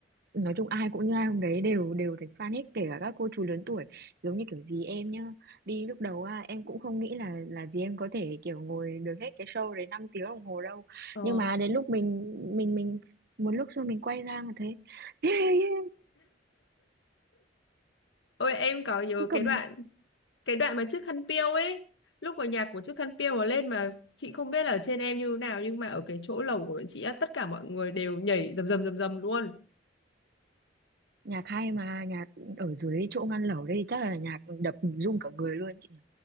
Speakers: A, on the right; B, on the left.
A: nói chung ai cũng như ai hôm đấy đều đều thành fan hết kể cả các cô chú lớn tuổi giống như kiểu dì em nhá đi lúc đầu à, em cũng không nghĩ là là dì em có thể kiểu ngồi được hết cái show đấy 5 tiếng đồng hồ đâu
B: Ờ.
A: nhưng mà đến lúc mình mình mình một lúc sau mình quay ra mà thấy <laughs>
B: Ôi em có nhớ
A: cứ cầm
B: cái đoạn cái đoạn mà chiếc khăn piêu ấy lúc mà nhạc của chiếc khăn piêu mà lên mà chị không biết là ở trên em như thế nào nhưng mà ở cái chỗ lầu của bọn chị á, tất cả mọi người đều nhảy rầm rầm rầm rầm luôn
A: nhạc hay mà nhạc ở dưới chỗ ngăn lẩu đây thì chắc là nhạc đập rung cả người luôn chị nhỉ